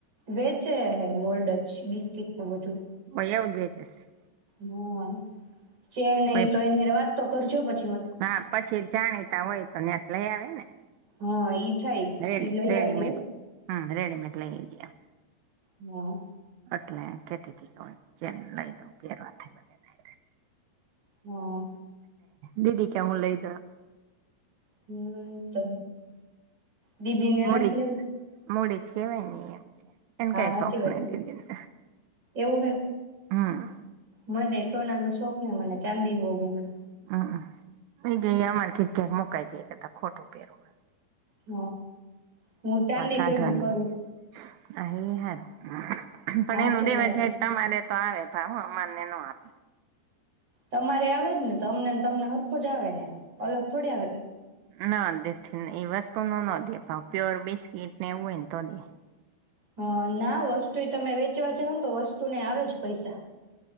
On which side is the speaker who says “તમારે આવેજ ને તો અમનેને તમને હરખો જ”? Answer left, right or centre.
Right